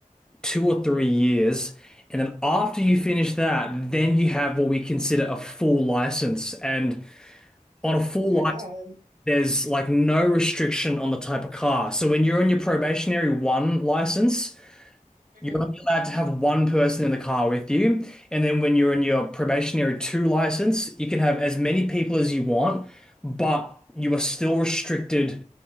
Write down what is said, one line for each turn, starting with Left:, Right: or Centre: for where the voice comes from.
Centre: two or three years. And then after you finish that, then you have what we consider a full license. And on a full
Right: Oh my God.
Centre: license, there's like no restriction on the type of car. So when you're on your probationary one license,
Right: hmm
Centre: You're only allowed to have one person in the car with you, and then when you're in your probationary two license, you can have as many people as you want, but you are still restricted